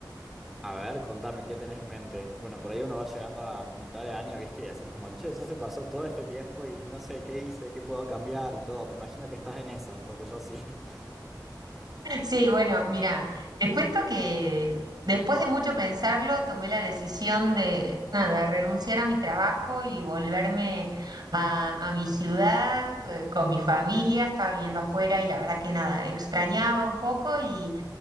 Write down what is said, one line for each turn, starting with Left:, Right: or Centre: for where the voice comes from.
Centre: a ver, contame, ¿qué tenés en mente? Bueno, por ahí uno va llegando a mitad de año, ¿viste? Y así es como, che, eso se pasó todo este tiempo y no sé qué hice, qué puedo cambiar y todo. Me imagino que estás en esa, porque yo sí. <laughs>
Right: Sí, bueno, mira, te cuento que después de mucho pensarlo, tomé la decisión de, nada, renunciar a mi trabajo y volverme a, a mi ciudad eh, con mi familia. Estaba viviendo afuera y la verdad que nada, extrañaba un poco y,